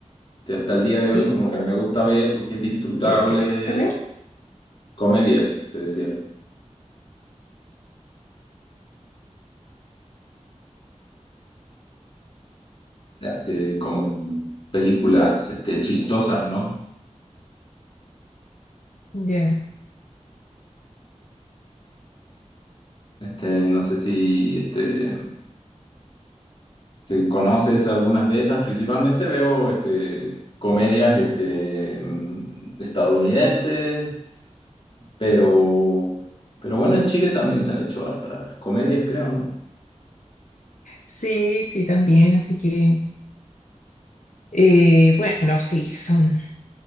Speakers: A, on the left; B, on the left.
A: que hasta el día de
B: ¿Sí?
A: hoy como que me gusta ver porque es disfrutable,
B: ¿Qué es lo que te gusta ver?
A: y comedias, te decía, este, como películas este, chistosas, ¿no?
B: Ya.
A: Este, no sé si este, si conoces algunas de esas, principalmente veo este, comedias este, mm, estadounidenses, pero, pero bueno, en Chile también se han hecho hartas comedias, creo, ¿no?
B: Sí, sí, también, así que, eh, bueno, sí, son